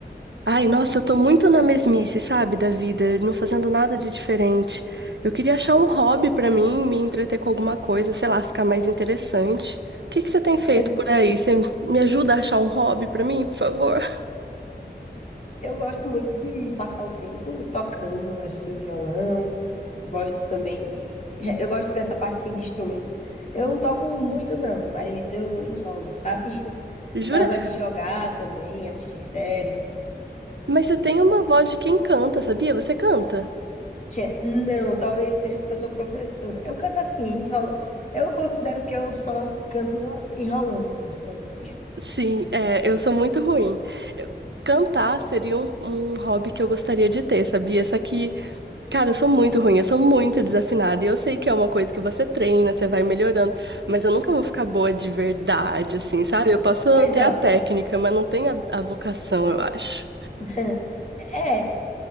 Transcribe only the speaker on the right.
Ai, nossa, eu tô muito na mesmice, sabe, da vida, não fazendo nada de diferente. Eu queria achar um hobby pra mim, me entreter com alguma coisa, sei lá, ficar mais interessante. O que que você tem feito
por aí? Você me ajuda a achar um hobby pra mim, por favor?
<laughs>
Jura?
Mas você tem uma voz de quem canta, sabia? Você canta?
Sim, é, eu sou muito ruim. Eu- Cantar seria um, um hobby que eu gostaria de ter, sabia? Só que, cara, eu sou muito ruim, eu sou muito desafinada. E eu sei que é uma coisa que você treina, você vai melhorando, mas eu nunca vou ficar boa de verdade, assim, sabe? Eu posso
ter
a técnica, mas não tenho a, a vocação, eu acho.